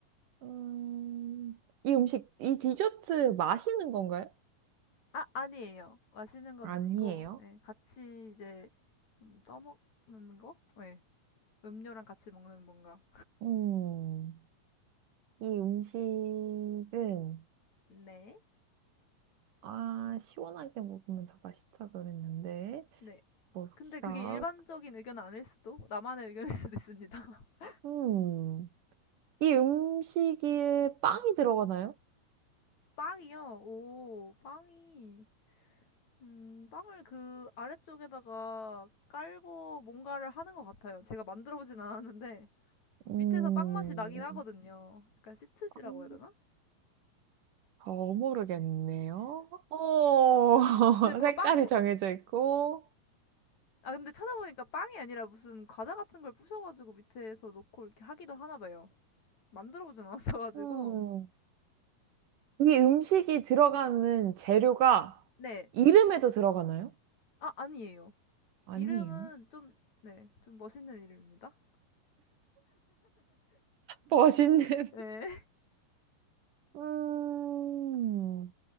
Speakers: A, on the right; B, on the left.
A: 음. 이 음식, 이 디저트 마시는 건가요?
B: 아, 아니에요. 마시는 건
A: 아니에요.
B: 아니고, 네, 같이 이제 음, 떠먹는 거? 네, 음료랑 같이 먹는 뭔가.
A: 음. 이 음식은
B: 네,
A: 아, 시원하게 먹으면 더 맛있다 그랬는데.
B: 네.
A: 뭘까?
B: 근데 그게 일반적인 의견은 아닐 수도, 나만의 의견일 수도 있습니다. <laughs>
A: 음. 이 음식에 빵이 들어가나요?
B: 빵이요. 오, 빵이. 음, 빵을 그 아래쪽에다가 깔고 뭔가를 하는 것 같아요. 제가 만들어보진 않았는데,
A: 음.
B: 밑에서 빵 맛이 나긴 하거든요. 약간 시트지라고
A: 빵.
B: 해야 되나?
A: 더 모르겠네요. 오, <laughs>
B: 근데 뭔가
A: 색깔이
B: 빵, 뭐,
A: 정해져 있고,
B: 아, 근데 찾아보니까 빵이 아니라 무슨 과자 같은 걸 부셔가지고 밑에서 놓고 이렇게 하기도 하나 봐요. 만들어보진 않았어가지고.
A: 음, 이 음식이 들어가는 재료가
B: 네.
A: 이름에도 들어가나요?
B: 아, 아니에요.
A: 아니에요.
B: 이름은 좀, 네. 좀 멋있는 이름입니다.
A: 멋있는,
B: 네. <laughs>
A: <laughs> 음,